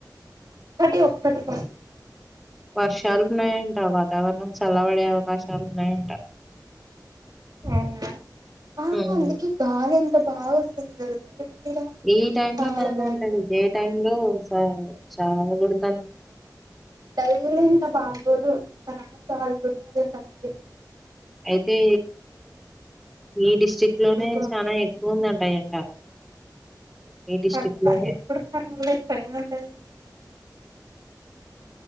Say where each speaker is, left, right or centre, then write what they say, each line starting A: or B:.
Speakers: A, on the right (about 65°); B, in the centre.
A: ఒక్కటే ఒక్కటి కోశాన్
B: వర్షాలు ఉన్నాయంట వాతావరణం చల్లబడే అవకాశాలు ఉన్నాయంట
A: అవునా ఆ
B: హ్మ్.
A: అందుకే గాలులు ఎంత బాగా వస్తున్నాయో తెలుసా ఇప్పుడు ఈడ
B: ఈ టైంలో
A: చాలా
B: బాగానే
A: బాగుంది
B: ఉంటాది డే టైం లో సా చావ కొడుతుంది
A: డైలీ ఇంత బాగోదు ఇక్కడ గాలి కూడా ఆడదు <inaudible>
B: అయితే మీ డిస్ట్రిక్
A: ఈరోజు
B: లోనే
A: బాగుంది
B: చాలా ఎక్కువ ఉంది అను ఎండ ఈ డిస్ట్రిక్ట్‌లోనే.
A: కర్నూలు ఎప్పుడు కర్నూలు పని ఉంటది హు